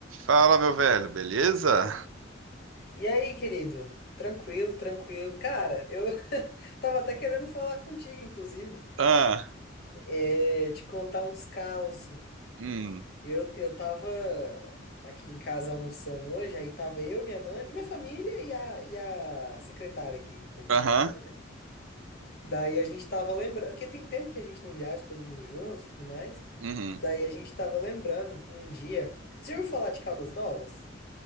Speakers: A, on the right (about 85°); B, on the left (about 55°).
A: Fala, meu velho, beleza?
B: E aí, querido? Tranquilo, tranquilo. Cara, eu <laughs> tava até querendo falar contigo, inclusive.
A: Ah,
B: É, te contar uns caos.
A: hum,
B: Eu, eu tava aqui em casa almoçando hoje, aí tava eu, minha mãe, minha família e a, e a secretária aqui, daqui
A: aham,
B: de casa, né? Daí a gente tava lembrando, porque tem tempo que a gente não viaja, todo mundo junto e tudo mais.
A: uhum.
B: Daí a gente tava lembrando um dia. Você já ouviu falar de Caldas Novas?